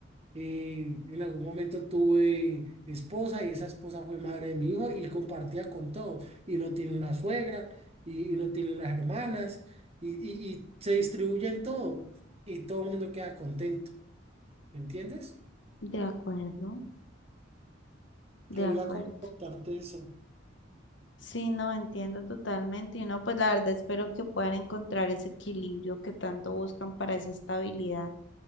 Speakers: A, on the right; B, on the left.
A: eh, en algún momento tuve esposa y esa esposa fue madre de mi hijo y compartía con todos. Y uno tiene una suegra y, y uno tiene unas hermanas y, y, y se distribuyen todo y todo el mundo queda contento. ¿Me entiendes?
B: De acuerdo, de
A: Quería
B: acuerdo.
A: como contarte eso.
B: Sí, no entiendo totalmente. Y no, pues la verdad espero que puedan encontrar ese equilibrio que tanto buscan para esa estabilidad.